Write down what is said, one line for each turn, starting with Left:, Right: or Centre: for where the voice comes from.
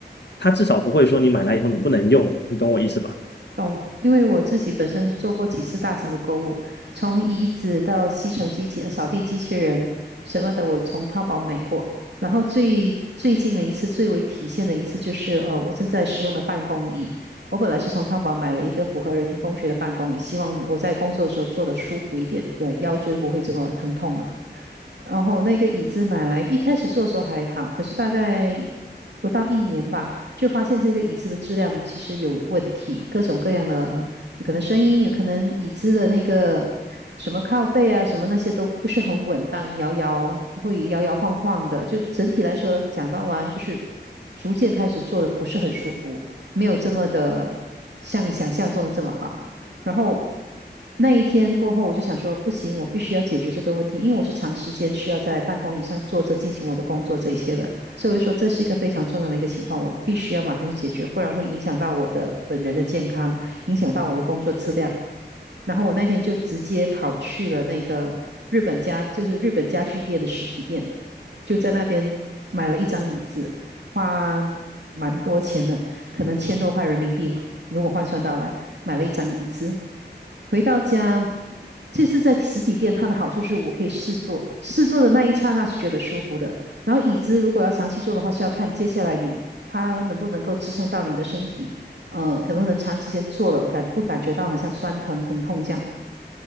Left: 它至少不会说你买来以后你不能用，你懂我意思吧？
Right: 懂，因为我自己本身做过几次大型的购物，从椅子到吸尘机器、呃扫地机器人什么的，我从淘宝买过。然后最最近的一次，最为体现的一次就是，呃，我正在使用的办公椅。我本来是从淘宝买了一个符合人体工学的办公椅，希望我在工作的时候坐得舒服一点，对，腰椎不会这么疼痛嘛。然后那个椅子买来，一开始做的时候还好，可是大概不到一年吧，就发现这个椅子的质量其实有问题，各种各样的，呃有可能声音，有可能椅子的那个什么靠背啊，什么那些都不是很稳当，摇摇会摇摇晃晃的。就整体来说，讲到完就是逐渐开始做的不是很舒服，没有这么的像想象中的这么好。然后那一天过后，我就想说，不行，我必须要解决这个问题，因为我是长时间需要在办公椅上坐着进行我的工作这一些的，所以我就说这是一个非常重要的一个情况，我必须要马上去解决，不然会影响到我的本人的健康，影响到我的工作质量。然后我那天就直接跑去了那个日本家，就是日本家具店的实体店，就在那边买了一张椅子，花蛮多钱的，可能千多块人民币吧，如果换算到来，买了一张椅子。回到家，这是在实体店，它的好处是我可以试坐，试坐的那一刹那是觉得舒服的。然后椅子如果要长期坐的话，是要看接下来你它能不能够支撑到你的身体。呃，可能能长时间做了，感不感觉到很像酸疼疼痛这样？